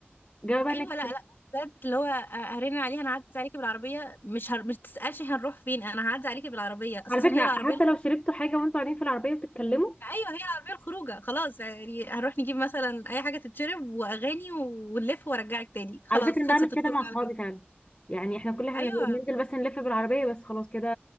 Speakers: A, on the left (about 30°); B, on the left (about 60°).
A: جواب انك
B: ايوه لا لا بجد اللي هو آه، هرن عليه هنعدي عليكي بالعربية مش هر... مش تسألش هنروح فين انا هعدي عليكي بالعربية اساسا
A: على فكرة
B: هي العربية
A: حتى
B: الخروج
A: لو شربتوا حاجة وانتوا قاعدين في العربية وبتتكلموا
B: ايوه هي العربية الخروجة خلاص يعني هنروح نجيب مثلا اي حاجة تتشرب واغاني ونلف وارجعك تاني خلاص
A: على فكرة أنا
B: خلصت
A: بعمل
B: الخروج
A: كده مع صحابي
B: على كده
A: فعلا يعني احنا كل احنا
B: ايوه
A: بننزل بس نلف بالعربية بس خلاص كده